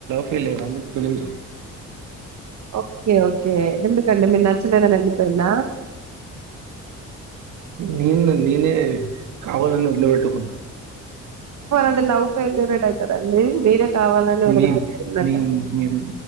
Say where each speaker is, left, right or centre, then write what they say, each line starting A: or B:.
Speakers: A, on the right (about 80°); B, on the right (about 65°).
A: ఫెయిల్యూర్ అందుకు చూడను
B: ఓకే ఓకే ఎందుకండి మీరు నచ్చలేదని వెళ్ళిపోయింద
A: నేను నేనే కావాలని వదులు పెట్టుకున్న
B: మది అదిలవ్ ఫెయిల్యూర్ ఎట్టా అయితది అండి మీరే కావాలని వదిలిపెట్టుకున్నట్టే
A: మేం మేం